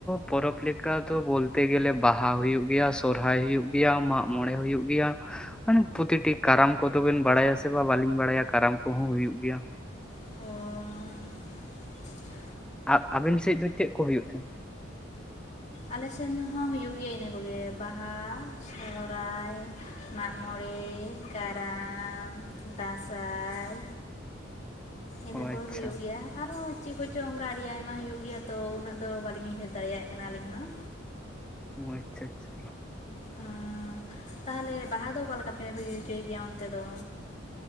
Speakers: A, in the centre; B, on the left (about 40°).
A: ᱯᱚᱨᱚᱵ ᱞᱮᱠᱟ ᱫᱚ ᱵᱚᱞᱛᱮ ᱜᱮᱞᱮ ᱵᱟᱦᱟ ᱦᱩᱭᱩᱜ ᱜᱮᱭᱟ ᱥᱚ ᱥᱚᱨᱦᱟᱭ ᱦᱩᱭᱩᱜ ᱜᱮᱭᱟ ᱢᱟᱜ ᱢᱚᱬᱮ ᱦᱩᱭᱩᱜ ᱜᱮᱭᱟ ᱢᱟᱱᱮ ᱯᱚᱛᱤᱴᱤ ᱠᱟᱨᱟᱢ ᱠᱚᱫᱚ ᱵᱮᱱ ᱵᱟᱲᱟᱭᱟ ᱥᱮ ᱵᱟ ᱵᱟᱹᱞᱤᱧ ᱵᱟᱲᱟᱭᱟ ᱠᱟᱨᱟᱢ ᱠᱚᱦᱚᱸ ᱦᱩᱭᱩᱜ ᱜᱮᱭᱟ᱾
B: ᱚ᱾
A: ᱟ ᱟᱵᱮᱱ ᱥᱮᱫ ᱫᱚ ᱪᱮᱫ ᱠᱚ ᱦᱩᱭᱩᱜ ᱛᱷᱮᱱ?
B: ᱟᱞᱮᱥᱮᱱ ᱦᱚᱸ ᱦᱩᱭᱩᱜ ᱜᱮᱭᱟ ᱤᱱᱟᱹ ᱠᱚᱜᱮ ᱵᱟᱦᱟ ᱥᱚᱦᱚᱨᱟᱭ ᱢᱟᱜ ᱢᱚᱬᱮ᱾ ᱠᱟᱨᱟᱢ ᱫᱟᱸᱥᱟᱭ᱾ ᱤᱱᱟᱹ
A: ᱚ
B: ᱠᱚ
A: ᱟᱪᱪᱷᱟ
B: ᱦᱩᱭᱩᱜ ᱜᱮᱭᱟ᱾ ᱟᱨᱦᱚ ᱪᱮᱫ ᱠᱚᱪᱚᱝ ᱚᱱᱠᱟ ᱟᱹᱰᱤ ᱟᱭᱢᱟ ᱦᱩᱭᱩᱜ ᱜᱮᱭᱟ ᱛᱚ ᱩᱱᱟᱹᱜ ᱫᱚ ᱵᱟᱹᱞᱤᱧ ᱩᱭᱦᱟᱹᱨ ᱫᱟᱲᱮᱭᱟᱜ ᱠᱟᱱᱟ ᱟᱹᱞᱤᱧ ᱦᱚᱸ᱾
A: ᱚ ᱟᱪᱪᱷᱟ ᱟᱪᱪᱷᱟ᱾
B: ᱩᱸᱜ, ᱛᱟᱦᱚᱞᱮ ᱵᱟᱦᱟ ᱫᱚ ᱚᱠᱟ ᱞᱮᱠᱟ ᱯᱮ ᱦᱩᱭ ᱦᱚᱪᱚᱭ ᱜᱮᱭᱟ ᱚᱱᱛᱮ ᱫᱚ?